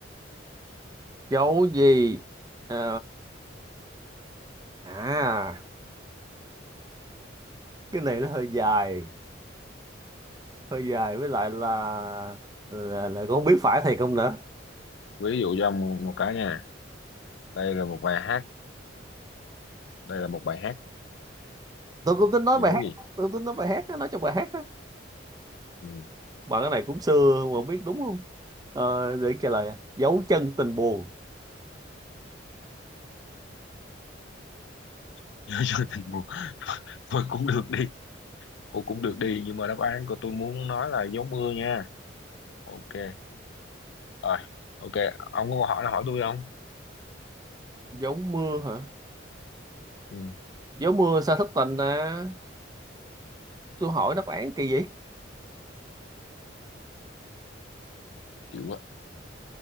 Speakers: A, on the right; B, on the left.
A: chỗ gì Ờ, à cái này nó hơi dài hơi dài với lại là là, là, không biết phải thiệt không nữa
B: ví dụ cho ông một, một cái nha đây là một bài hát đây là một bài hát
A: tôi cũng tính nói
B: dấu
A: bài hát
B: gì
A: tôi tính nói bài hát á, nói trong bài hát á
B: ừ.
A: bạn cái này cũng xưa mà không biết đúng không Ờ, để trả lời ạ. dấu chân tình buồn
B: <laughs> giờ giờ thì một <laughs> thôi cũng được đi cô cũng được đi nhưng mà đáp án của tôi muốn nói là gió mưa nha ok rồi ok ông có câu hỏi nào hỏi tôi không
A: dấu mưa hả
B: ừ
A: dấu mưa sao thất tình à tôi hỏi đáp án kỳ vậy
B: chịu quá